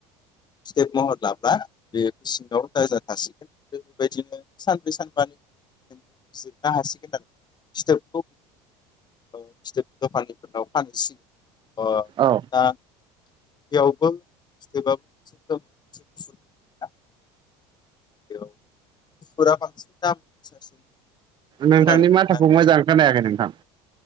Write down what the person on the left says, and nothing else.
फिथोब महर लाब्ला बे सिङाव दाजाथासिगोन आरो बेबायदिनो सानब्रै सानबानि जिरनो हासिगोन आरो फिथोबखौ औ फिथोब दखानिफोरनाव फानहैसिगोन ओ
दा बेयावबो फिथोबा <unintelligible> बेयाव गुफुरा बांसिन दाम गोसासिन
खोनानो
मोनो